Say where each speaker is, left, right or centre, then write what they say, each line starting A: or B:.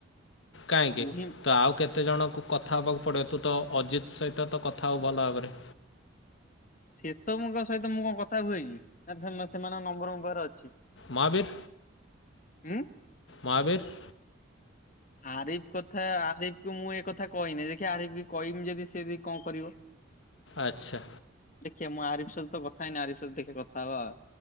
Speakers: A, on the left (about 70°); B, on the left (about 40°).
A: କାହିଁକି
B: ତୁ ହିଁ
A: ତ ଆଉ କେତେ ଜଣଙ୍କୁ କଥା ହବାକୁ ପଡିବ ତୁ ତ। ଅଜିତ୍ ସହିତ ତ କଥା ହେଉ ଭଲ ଭାବରେ।
B: ସେସବଙ୍କ ସହିତ ମୁଁ କଣ କଥା ହୁଏ କି? ସେମାନଙ୍କ ନମ୍ବର ପାରେ ଅଛି।
A: ମହାବୀର
B: ହୁଁ
A: ମହାବୀର।
B: ଆରିଫ କଥା ଆରିଫକୁ ମୁଁ ଏ କଥା କହିନି ଦେଖି ଆରିଫ କି କହମି ଯଦି ସେବି କଣ କରିବ।
A: ଆଛା।
B: ଦେଖ ମୁଁ ଆରିଫ ସତ ତ କଥାଇାଇଁ ଆରିଫ ସ ଦେଖେ କଥା ହବା ଆଉ।